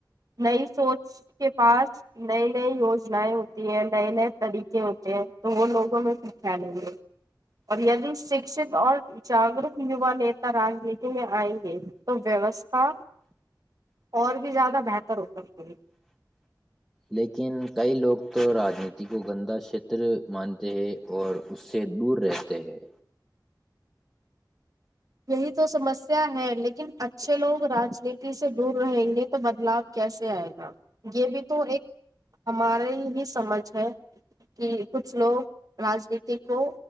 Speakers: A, on the right; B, in the centre.
A: نئی سوچ کے پاس نئی نئی یوجنیں ہوتی ہیں نئے نئے طریقے ہوتے ہیں تو وہ لوگوں میں کھ پھیلیں گے اور یدی شکشت اور جاگروک یوا نیتا رانیتی میں آئیں گے تو ویوستھا اور بھی زیادہ بہتر ہو سکتی ہے
B: لیکن کئی لوگ تو راجنیتی کو گندا چھیتر مانتے ہیں اور اس سے دور رہتے ہیں
A: یہی تو سمسیا ہے لیکن اچھے لوگ راجنیتی سے دور رہیں گے تو بدلاو کیسے آئے گا یہ بھی تو ایک ہماری ہی سمجھ ہے کہ کچھ لوگ راجنیتی کو